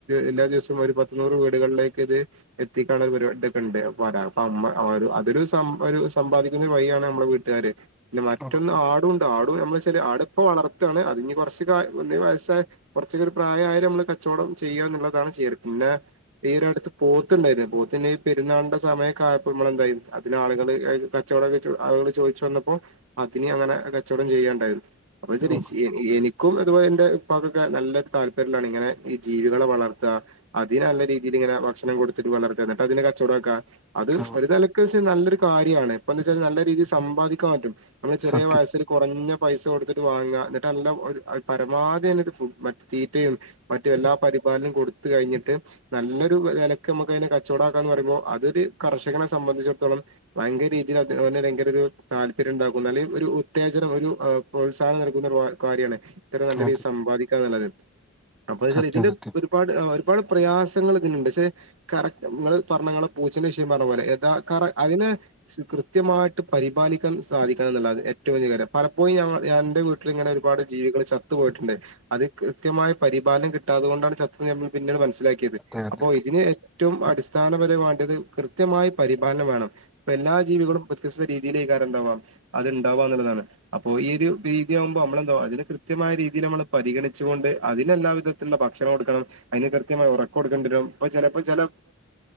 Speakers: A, on the right (about 85°); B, in the centre.
A: എല്ലാ ദിവസവും ഒരു പത്തു നൂറ് വീട് വീടുകളിലേക്ക് ഇത് എത്തിക്കാന് ഒരു പരിപാടി ഇതൊക്കെ ഉണ്ട്. വരാ അപ്പൊ അമ്മ അതൊരു ഒരു സമ്പാദിക്കുന്ന വഴിയാണ്നമ്മളെ വീട്ടുകാര് പിന്നെ മറ്റൊന്ന്
B: ഓ
A: ആടുംണ്ട്. ആടും എന്നു വച്ചാല് ആട് ഇപ്പം വളർത്തണ് അതിപ്പോ കുറച്ച് ഒന്ന് വയസ്സായ കുറച്ച് ഒരു പ്രായമായാൽ നമ്മള് കച്ചവടം ചെയ്യുക എന്നുള്ളതാണ് ചെയ്യാറ്. പിന്നെ ഈ ഒരു അടുത്ത് പോത്തുണ്ടായിരുന്നു പോത്ത്ന്നെ ഈ പെരുന്നാളിന്റെ സമയൊക്കായപ്പോൾ നമ്മളെന്തായും അതിന് ആളുകൾ കച്ചവടം ആളുകൾ ചോദിച്ചു വന്നപ്പോൾ, അതിനെ അങ്ങനെ കച്ചവടം ചെയ്യുകണ്ടായിരുന്നു അപ്പൊ ഇത് എനിക്ക്
B: ഓ
A: ഇൻക്കും അതുപോലെ എന്റെ ഉപ്പാക്കൊക്കെ നല്ലൊരു താല്പര്യത്തിലാണ് ഇങ്ങനെ ജീവികളെ വളർത്ത. അതിന് നല്ല രീതി ഈ രീതി ഇങ്ങനെ ഭക്ഷണം കൊടുത്തിട്ട് വളർത്തിട്ട് അതിനെ കച്ചവടാക്കുക. അത്
B: ഓ,
A: ഒരു നെലക്ക് നല്ലൊരു കാര്യണ്. ഇപ്പം എന്താന്ന് വെച്ചാ നല്ല രീതിയിൽ സമ്പാദിക്കാൻ പറ്റും. നമ്മള ചെറിയ
B: സത്യം
A: വയസ്സിൽ കുറഞ്ഞ പൈസ കൊടുത്തിട്ട് വാങ്ങ എന്നിട്ട് നല്ല പരമാവധി തന്നെ ഫുഡ് മറ്റ് തീറ്റയും മറ്റ് എല്ലാ പരിപാലനും കൊടുത്ത് കഴിഞ്ഞിട്ട് നല്ലൊരു വിലക്ക് നമുക്ക് അതിനെ കച്ചവടമാക്കാ എന്ന് പറയുമ്പോൾ അതൊരു കർഷകനെ സംബന്ധിച്ചിടത്തോളം ഭയങ്കര രീതിയിൽ, ഭയങ്കര ഒരു താല്പര്യം ഉണ്ടാക്കുന്നു. അല്ലെ ഒരു ഉത്തേജനം ഒരു പ്രോത്സാഹനം നൽകുന്ന ഒരു കാര്യമാണ്. നല്ല
B: അതെ
A: രീതിയൽ സമ്പാദിക്കാ എന്നുള്ളത്. അപ്പംന്ന് വെച്ചാൽ
B: സത്യം
A: ഇതിന്റെ
B: സത്യം
A: ഒരുപാട്, ഒരുപാട് പ്രയാസം പക്ഷെ കറക്റ്റ് ഇങ്ങൾ പറഞ്ഞെ പൂച്ചന്റെ വിഷയം പറഞ്ഞ പോലൊ അതിനെ കൃത്യമായിട്ട് പരിപാലിക്കാൻ സാധിക്കണം എന്നുള്ളതാണ് ഏറ്റവും വലിയ കാര്യം. പലപ്പോഴും ഞാൻ എൻ്റെ വീട്ടിൽ ഇങ്ങനെ ഒരുപാട് ജീവികൾ ചത്തു പോയിട്ടുണ്ട് അത് കൃത്യമായ പരിപാലനം കിട്ടാത്തതു കൊണ്ടാണ് ചത്തുപോയതെന്ന് നമ്മൾ പിന്നീട് മനസ്സിലാക്കിയത്.
B: അതെ അതെ
A: അപ്പോ ഇതിന് ഏറ്റവും അടിസ്ഥാനപരമായി വേണ്ടത് ഇത് കൃത്യമായി പരിപാലനം വേണം ഇപ്പൊ എല്ലാ ജീവികളും വ്യത്യസ്ത രീതിയിലേ കാര്യംണ്ടാവാം അത്ണ്ടാവാ എന്നുള്ളതാണ് അപ്പൊ ഈ ഒരു രീതിയാവുമ്പോ നമ്മളെന്തോ അതിന് കൃത്യമായ രീതിയിൽ നമ്മള് പരിഗണിച്ചു കൊണ്ട് അതിന് എല്ലാവിധം ഭക്ഷണം കൊടുക്കണം അതിന് കൃത്യമായ ഉറക്കണം. കൊടുക്കേണ്ടിവരും. ഇപ്പം ചിലപ്പോ ചില